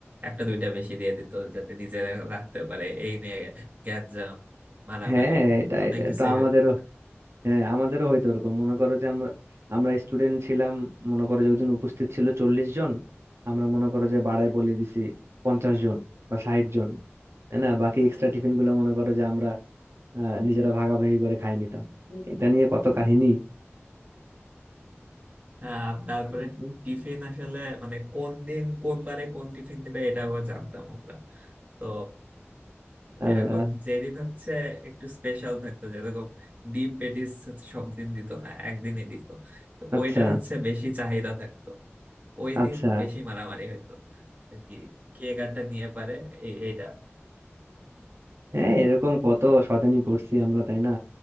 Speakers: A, on the right (about 35°); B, on the right (about 70°).
A: একটা দুইটা বেশি দিয়ে দিত যাতে নিজে রাখতে পারে এই নিয়ে গ্যাঞ্জাম মারামারি
B: হ্যাঁ এটা
A: অনেক
B: এটা
A: কিছুই
B: তো আমাদের
A: হতো
B: হ্যাঁ আমাদেরও হয়তো ওরকম মনে করো যে আমরা আমরা স্টুডেন্ট ছিলাম মনে করো যে ওইদিন উপস্থিত ছিল চল্লিশ জন আমরা মনে করো যে বাড়ায় বলে দিছি পঞ্চাশ জন বা ষাট জন তাই না বাকি এক্সট্রা টিফিন গুলো মনে করো যে আমরা আহ, নিজেরা ভাগাভাগি করে খাই নিতাম এটা নিয়ে কত কাহিনী
A: আহ,
B: <laughs>
A: তারপরে টিফিন আসলে মানে কোন দিন কোন বারে কোন টিফিন দিবে এটা আবার জানতাম আমরা তো
B: আল্লাহ
A: এখন যেদিন হচ্ছে একটু স্পেশাল থাকতো যেরকম ডিম পেটিস হচ্ছে সব দিন দিত না একদিনই দিত তো
B: আচ্ছা
A: ওইটা হচ্ছে বেশি চাহিদা থাকতো ওই
B: আচ্ছা
A: দিন বেশি মারামারি হইতো আর কি কে গানটা নিয়ে পারে এ- এইটা
B: হ্যাঁ এরকম কত শয়তানি করছি আমরা তাই না